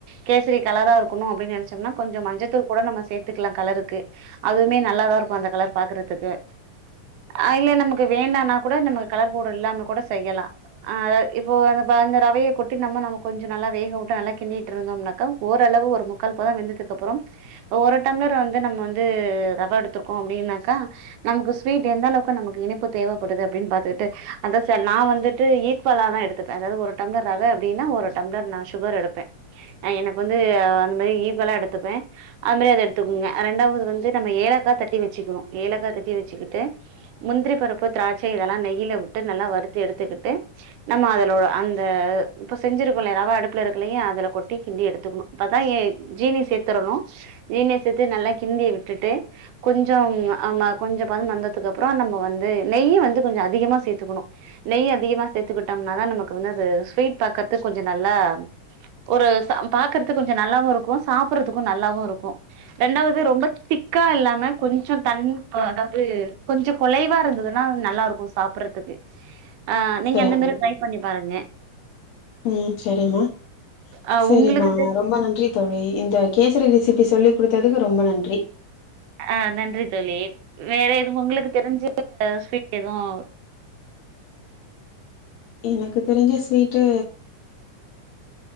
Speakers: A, on the right; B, on the left.
A: கேசரி கலரா இருக்கணும் அப்டின்னு நினைச்சோம்னா கொஞ்சம் மஞ்சத்தூள் கூட நம்ம சேத்துக்கலாம் கலருக்கு அதுவுமே நல்லாதா இருக்கும் அந்த கலர் பாக்குறதுக்கு ஆ இல்ல நமக்கு வேண்டானா கூட நமக்கு கலர் பவுடர் இல்லாம கூட செய்யலாம் ஆ இப்போ அந்த அந்த ரவைய கொட்டி நம்ம நம்ம கொஞ்சம் நல்லா வேக விட்டு நல்லா கிண்டிட்டு இருந்தோம்னாக்கா ஓரளவு ஒரு முக்கால் பதம் வெந்ததுக்கு அப்புறம் இப்போ ஒரு டம்ளர் வந்து நம்ம வந்து ரவ எடுத்தருக்கோ அப்டின்னாக்கா நமக்கு ஸ்வீட் எந்த அளவுக்கு நமக்கு இனிப்பு தேவப்படுது அப்டின்னு பாத்துட்டு அந்த நா வந்துட்டு ஈக்குவலா தா எடுத்துப்பே அதாவது ஒரு டம்ளர் ரவ அப்டின்னா ஒரு டம்ளர் நா சுகர் எடுப்பே எனக்கு வந்து அந்த மாதிரி ஈக்குவலா எடுத்துப்பே அது மாரி அத எடுத்துக்கோங்க ரெண்டாவது வந்து நம்ம ஏலக்கா தட்டி வச்சுக்கணும் ஏலக்கா தட்டி வச்சுக்கிட்டு முந்திரி பருப்பு திராட்சை இதெல்லா நெயிலா விட்டு நல்லா வறுத்து எடுத்துக்கிட்டு நம்ம அதலோ அந்த இப்ப செஞ்சிருக்கோல்லையா ராவ அடுப்புல இருக்குல்லையா அதுல கொட்டி கிண்டி எடுத்துக்கணும் அப்பதா ஏ ஜீனி சேத்துரணும் ஜீனி சேத்து நல்லா கிண்டி விட்டுட்டு கொஞ்சம் ஆமா கொஞ்சம் பதம் வந்ததுக்கு அப்பறோ நம்ம வந்து நெய்யும் வந்து கொஞ்சம் அதிகமா சேத் த்துக்கணும் நெய் அதிகமா சேத்துக்கிட்டோம்னா தா நமக்கு வந்து அது ஸ்வீட் பாக்கறது கொஞ்ச நல்லா ஒரு ச பாக்குறதுக்கு கொஞ்சம் நல்லாவும் இருக்கும் சாப்பறதுக்கும் நல்லாவும் இருக்கும் ரெண்டாவது ரொம்ப திக்கா இல்லாம கொஞ்சம் தன் அதாவது கொஞ்சம் குலைவா இருந்ததுன்னா நல்லா இருக்கும் சாப்படுறதுக்கு க்கு ஆ நீங்க
B: சரிம்மா
A: அந்த மாரி ட்ரை பண்ணி பாருங்க
B: ம் செரிம்மா
A: ஆ
B: செரிம்மா
A: உங்களுக்கு
B: ரொம்ப நன்றி தோழி இந்த கேசரி ரெசிபி சொல்லி் குடுத்ததுக்கு ரொம்ப நன்றி
A: ஆ நன்றி தோழி வேற எதுவும் உங்களுக்கு தெரிஞ்ச ஸ்வீட் எதுவும்
B: எனக்கு தெரிஞ்ச ஸ்வீட்டு